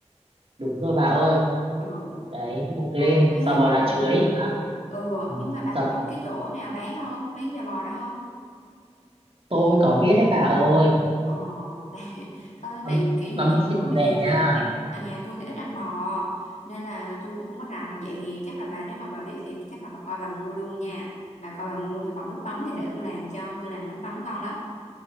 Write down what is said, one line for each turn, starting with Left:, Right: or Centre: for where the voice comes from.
Right: đúng rồi bà ơi
Left: Ừ.
Right: đấy luộc lên
Left: Ừ. Thế
Right: giò bò
Left: nhưng
Right: lá
Left: mà
Right: chuối bà
Left: ừ
Right: ừ.
Left: nhưng mà bà
Right: giò
Left: có
Right: bò
Left: biết cái chỗ nào bán không? Bán giò bò đó không?
Right: tôi có biết đấy bà ơi
Left: Ờ tại <laughs> ờ,
Right: tầm
Left: tại vì kiểu như
Right: tầm
Left: nhà
Right: mua xỉ
Left: tôi
Right: rẻ
Left: thì
Right: nha
Left: thì ít ăn à, nhà tôi thì ít ăn bò nên là tôi cũng không có rành vậy thì chắc là bà nếu mà bà biết thì chắc là bà coi bà mua luôn nha. Bà coi bà mua thì còn nước mắm thì để tôi làm cho, tôi làm nước mắm ngon lắm.